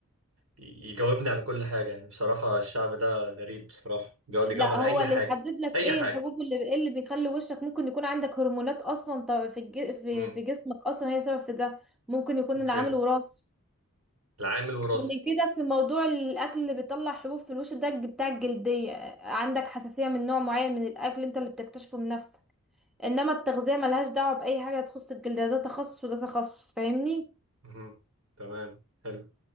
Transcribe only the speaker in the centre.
لا
هو
اللي
يحدد لك
ايه
الحبوب اللي إيه اللي بيخلي وشك ممكن يكون عندك هرمونات اصلا طب- في الج... في
في جسمك اصلا هي سبب في ده ممكن يكون
العامل وراثي
اللي يفيدك في موضوع الاكل اللي بيطلع حبوب في الوش ده الج- بتاع الجلدية عندك حساسية من نوع معين من الاكل انت اللي بتكتشفه من نفسك انما التغذية ملهاش دعوة باي حاجة تخص الجلد ده تخصص وده تخصص فاهمني